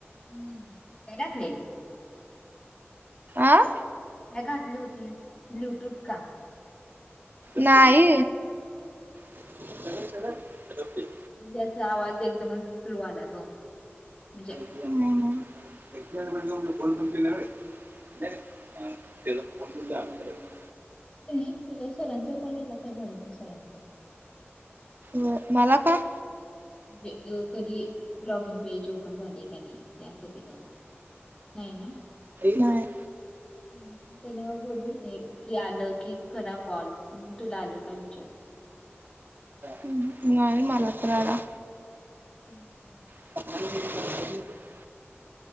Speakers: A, on the left (about 30°); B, on the right (about 45°).
A: हम्म, काय घातलेली?
B: आं.
A: काय घातली होतीस, ब्लुटूथ का?
B: नाही, <unintelligible>
A: म्हणजे असा आवाज एकदमच स्लो आला ग, म्हणजे
B: नाही नाही, <unintelligible>
A: जास्त
B: त्याचा
A: आला
B: फोन पण <unintelligible>
A: कन्हयही तुला सरांचा कॉल आला काय वरुटे सरांचा.
B: म - मला का?
A: ते अ कधी, लॉग इन पेज ओपन झालय का नाही? त्यासाठी ग, नाही ना.
B: नाय.
A: <unintelligible> बोली होते की आलं की करा कॉल म्हणून तुला आलं का विचारल.
B: ह् नाही मला तर आला.
A: <inaudible>
B: <inaudible>